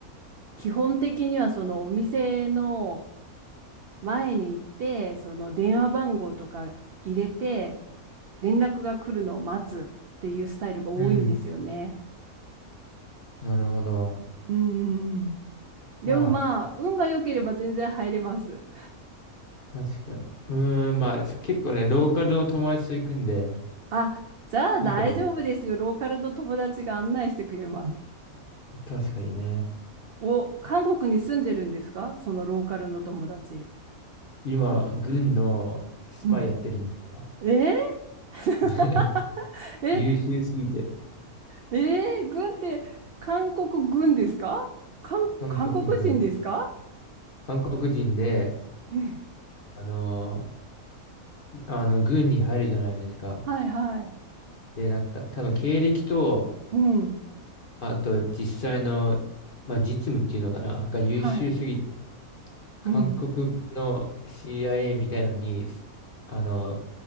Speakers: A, on the right (about 80°); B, on the left (about 50°).
A: 基本的にはそのお店の前に行って、その電話番号とか入れて、連絡が来るのを待つっていうスタイルが多いんですよね。
B: うん。なるほど。
A: うんうんうん。
B: まあ、
A: でもまあ、運が良ければ全然入れます。
B: 確かに。うーん、まあ、結構ね、ローカルの友達と行くんで、
A: あ、じゃあ大丈夫ですよ。
B: いいとこ、ろ
A: ローカルの友達が案内してくれます。
B: 確かにね。
A: お、韓国に住んでるんですかそのローカルの友達。
B: 今、軍のスパイやってるんですよ。
A: うん。えー、<laughs>
B: <laughs>
A: え、
B: 優秀すぎて、
A: えー、軍って韓国軍ですか韓国、
B: 韓国軍、
A: 韓国人ですか
B: 韓国人で、
A: うん
B: あのーあの、軍に入るじゃないですか。
A: はいはい。
B: で、なんか、多分経歴と、
A: うん。
B: あと実際の、まあ、実務っていうのかな、が優秀すぎて
A: はい。
B: 韓国の
A: うん。
B: CIA みたいのに、あの、